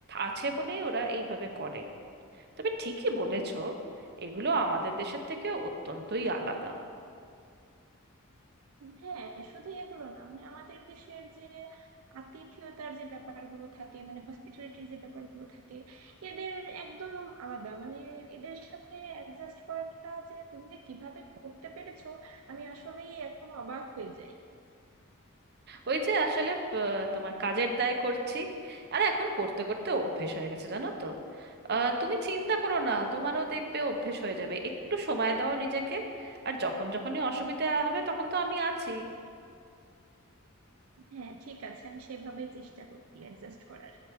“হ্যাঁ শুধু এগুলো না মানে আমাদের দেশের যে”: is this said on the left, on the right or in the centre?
Right